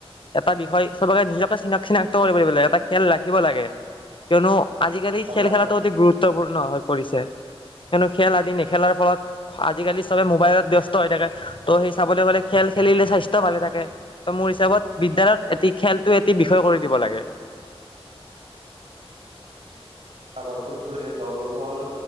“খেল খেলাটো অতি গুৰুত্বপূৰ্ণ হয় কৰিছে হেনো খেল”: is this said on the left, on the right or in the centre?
Left